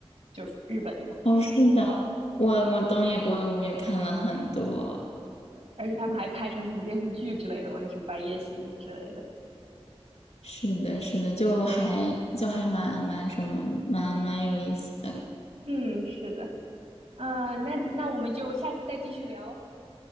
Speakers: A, on the right (about 85°); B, on the left (about 85°).
A: 就是日本的，
B: 哦，是的，我我东野圭吾也看了很多。
A: 而且他们还拍成什么电视剧之类的嘛，那什么《白夜行》之类的。
B: 是的，是的，就还就还蛮蛮什么，蛮蛮有意思的。
A: 嗯，是的，啊、那那我们就下次再继续聊。